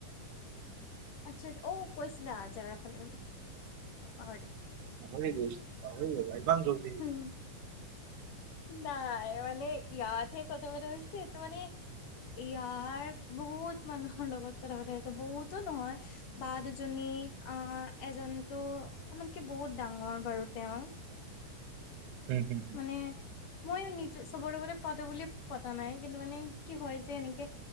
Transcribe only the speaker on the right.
ভৰি গছ ভৰি গ গান জল
দি
উম হুম হ